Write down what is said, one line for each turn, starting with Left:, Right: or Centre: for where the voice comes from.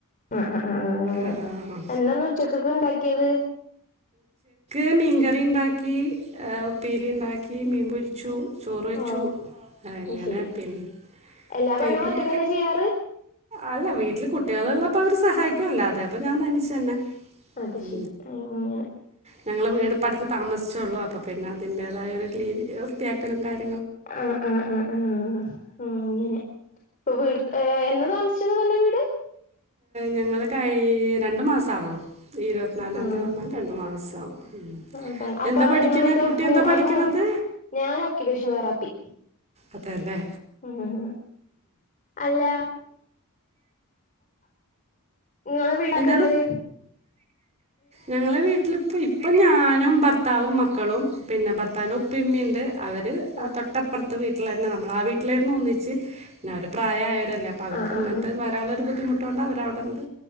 Left: ആ ആ ആ ആ അങ്ങനെ
Right: ആഹ്
Left: എന്താന്ന് ഉച്ചക്കൊക്കെ ഉണ്ടാക്കിയത്
Right: ഇന് മീൻകറി ഉണ്ടാക്കി ഉപ്പേരി ഉണ്ടാക്കി മീൻപൊരിച്ചു ചോറ് വെച്ചു
Left: ഓ
Right: ആങ്ങനെ
Left: അത് ശെരി
Right: പിന്നെ
Left: എല്ലാ
Right: പിന്ന
Left: പണികളും ഒറ്റക്കന്നെ ചെയ്യാറ്
Right: അല്ല വീട്ടില് കുട്ടികളുള്ളപ്പോ അവര് സഹായിക്കും ക്കല്ല അതെ അപ്പൊ ഞാൻ തനിച്ചു തന്നെ
Left: അത്
Right: ഉ
Left: ശെരി അങ്ങനെ
Right: ഞങ്ങള് വീട് അടുത്ത് താമസിച്ചോള്ളൂ അപ്പ പിന്നെ അതിന്റേതായ ഒരു ക്ലീൻ വൃത്തിയാക്കലും കാര്യ
Left: ആ ആ ആ ആ ആങ്ങനെ അപ്പ വീട് എന്ന താമസിച്ചന്ന് പറഞ്ഞ വീട്
Right: ഞങ്ങൾ കഴ് രണ്ടു മാസം ആവന്നു ഇരുപത്തിനാലാം
Left: ആഹ്
Right: തീയതി വന്നാൽ രണ്ട മാസവും ഉ
Left: അപ്പ അപ്പൊ
Right: എന്താ പഠിക്കണ
Left: നിങ്ങളെന്താ
Right: കുട്ടി എന്താ പഠിക്കണത്
Left: അത് ഞാൻ ഓക്യുപേഷൻ തെറാപ്പി
Right: അതല്ലേ
Left: ആഹ് അല്ല നിങ്ങളെ വീടൊക്കെ
Right: എന്താണ്
Left: എന്ന്
Right: ഞങ്ങളെ വീട്ടിലിപ്പ ഇപ്പൊ ഞാനും ഭർത്താവും മക്കളും പിന്നെ ഭർത്താവിൻ്റെ ഉപ്പിമ്മി ഉണ്ട് അവർ ആ
Left: ആഹ്
Right: തൊട്ടപ്പുറത്ത് വീട്ടിൽ തന്നെ നമ്മൾ ആ വീട്ടിലായിരുന്നു ഒന്നിച്ച് പിന്നെ അവരു പ്രായായവരല്ലേ അപ്പോൾ അവർക്ക്
Left: ആഹ് ആഹ്
Right: ഇങ്ങട്ട്
Left: ആഹ്
Right: വാരാനുള്ളൊരു ബുദ്ധിമുട്ടൊണ്ട് അവരവിട്ണ്ട്